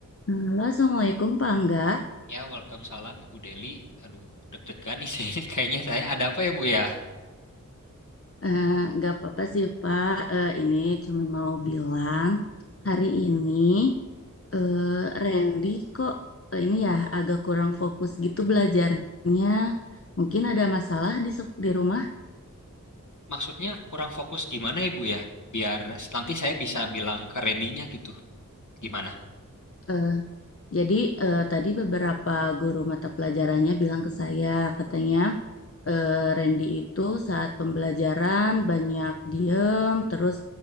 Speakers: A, on the left; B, on the left.
A: Halo, Assalamualaikum Pak Angga.
B: Ya, welcome salam Ibu Deli. Aduh, deg-degan nih saya. <laughs> Kayaknya saya ada apa ya, Bu ya?
A: Eh, nggak apa-apa sih Pak. Eh, ini cuman mau bilang hari ini eh, Randy kok eh, ini ya agak kurang fokus gitu belajarnya. Mungkin ada masalah di sek- di rumah.
B: Maksudnya kurang fokus gimana ya, Bu ya? Biar nanti saya bisa bilang ke Randy-nya gitu. Gimana?
A: Eh, jadi eh, tadi beberapa guru mata pelajarannya bilang ke saya katanya. eh, Randy itu saat pembelajaran banyak diem, terus